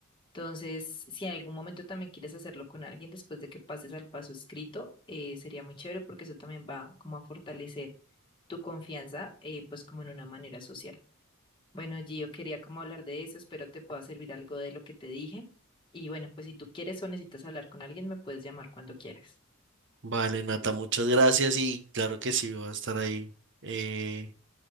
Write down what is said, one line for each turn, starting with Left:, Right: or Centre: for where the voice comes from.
Left: Entonces, si en algún momento también quieres hacerlo con alguien después de que pases al paso escrito, eh, sería muy chévere porque eso también va como a fortalecer tu confianza, eh, pues como en una manera social. Bueno, Gio, quería como hablar de eso, espero te pueda servir algo de lo que te dije. Y bueno, pues si tú quieres o necesitas hablar con alguien, me puedes llamar cuando quieras.
Right: Vale, Nata, muchas gracias y claro que sí, voy a estar ahí eh,